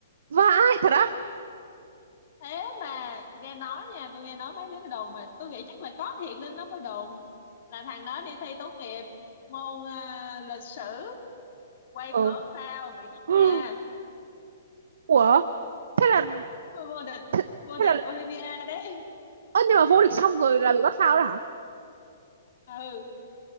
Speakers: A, on the right; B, on the left.
A: vãi thật á
B: thế mà nghe nói nha tôi nghe nói mấy đứa nó đồn mà tôi nghĩ chắc là có thiệt nên nó mới đồn là thằng đó đi thi tốt nghiệp môn à, lịch sử quay
A: ờ
B: cốt phao bị bắt
A: <gasps>
B: nha
A: ủa thế là
B: vô địch
A: thế,
B: vô
A: thế
B: địch
A: là
B: Olympia đấy
A: ơ nhưng mà vô địch xong rồi là bị bắt phao đó hả
B: ừ